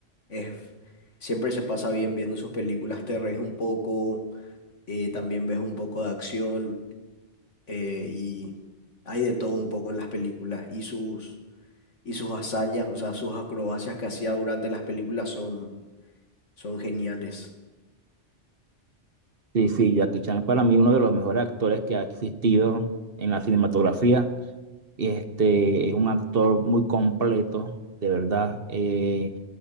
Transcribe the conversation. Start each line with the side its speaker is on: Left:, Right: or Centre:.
Left: es, siempre se pasa bien viendo sus películas. Te reís un poco eh, también ves un poco de acción eh, y hay de todo un poco en las películas y sus, y sus hazañas, o sea, sus acrobacias que hacía durante las películas son, son geniales.
Right: Sí, sí, Jackie Chan es para mí uno de los mejores actores que ha existido en la cinematografía. Y este es un actor muy completo, de verdad. Eh,